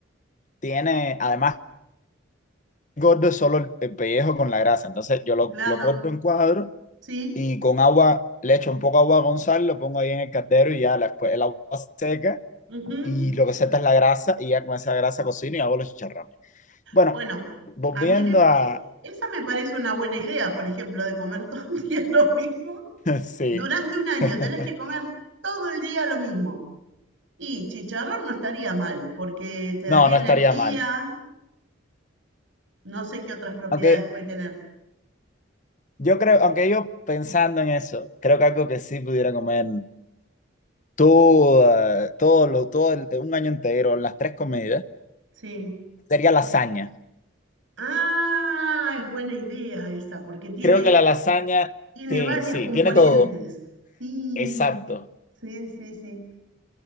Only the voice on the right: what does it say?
Claro,
sí.
ujú.
Bueno,
a mí me,
es- esa me parece una buena idea, por ejemplo, de comer <laughs> todo el día <laughs> lo mismo.
Durante un año
tenés que comer todo el día lo mismo. Y chicharrón no estaría mal, porque te
daría
energía,
no sé qué otras propiedades
puede tener.
Sí.
Ah, es buena idea esa, porque tiene,
tiene
varias
componentes.
Sí,
sí, sí, sí.